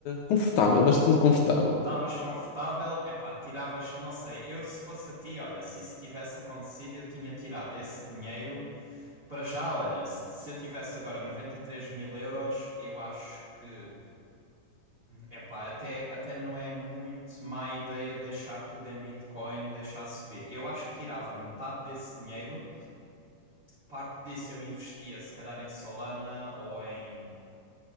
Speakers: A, on the left (about 80°); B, on the right (about 35°).
A: confortável, bastante confortável.
B: Estavas confortável. Epá, tiravas. Não sei. Eu, se fosse a ti, olha, se isso tivesse acontecido, eu tinha tirado esse dinheiro para já. Olha, se, se eu tivesse agora noventa e três mil euros, eu acho que. Epá, até, até não é muito má ideia deixar tudo em Bitcoin e deixar subir. Eu acho que tirava metade desse dinheiro parte disso eu investia se calhar em Solana ou em,